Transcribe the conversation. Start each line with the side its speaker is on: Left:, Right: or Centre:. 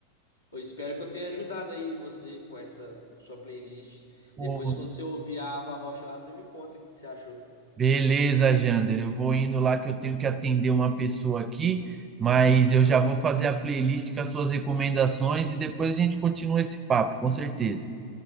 Left: Eu espero que eu tenha ajudado aí você com essa sua playlist.
Right: Pô,
Left: Depois, quando você ouvir a Ava Rocha lá, você me conta o que que você achou.
Right: beleza, Jander. Eu vou indo lá que eu tenho que atender uma pessoa aqui, mas eu já vou fazer a playlist com as suas recomendações e depois a gente continua esse papo, com certeza.